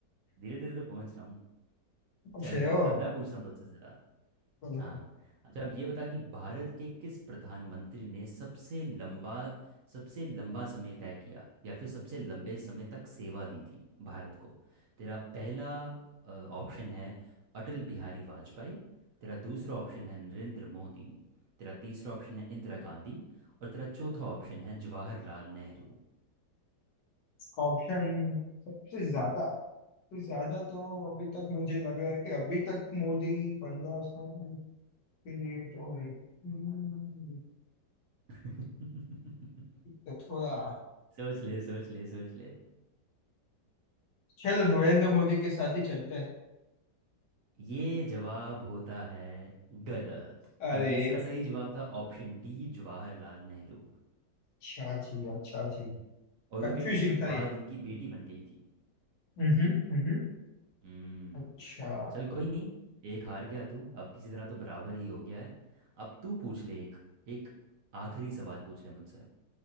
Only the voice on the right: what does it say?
धीरे धीरे तो पहुंच रहा हूँ
चलो
कोई
नहीं अब मैं पूछता हूँ तुझसे
हाँ अच्छा अब ये बता कि भारत के किस प्रधानमंत्री ने सबसे लंबा सबसे लंबा समय तय किया या फिर सबसे लंबे समय तक सेवा दी थी भारत को तेरा पहला अ, ऑप्शन है अटल बिहारी वाजपेयी तेरा दूसरा ऑप्शन है नरेंद्र मोदी तेरा तीसरा ऑप्शन है इंदिरा गांधी और तेरा चौथा ऑप्शन है जवाहरलाल नेहरू
<laughs>
सोच ले सोच ले सोच ले
ये जवाब होता है गलत
क्योंकि इसका सही जवाब था ऑप्शन डी जवाहरलाल नेहरू
और
उनके ठीक
बाद
उनकी बेटी बन गई थी
हम्म
चल कोई नहीं एक हार गया तू अब किसी तरह तो बराबर ही हो गया है अब तू पूछ ले एक एक आखिरी सवाल पूछ ले मुझसे